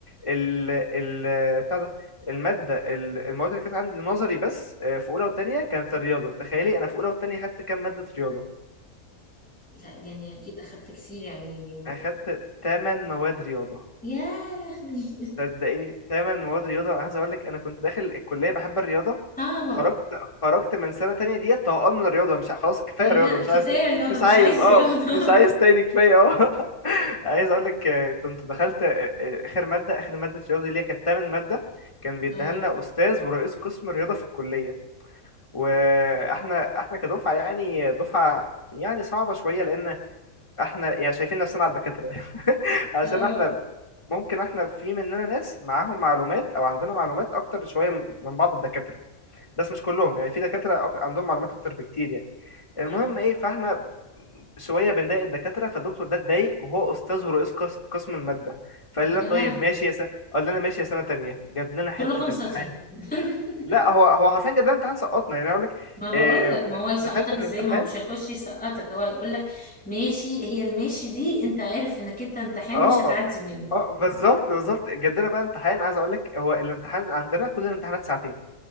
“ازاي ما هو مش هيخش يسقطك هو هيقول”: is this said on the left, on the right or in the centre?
Centre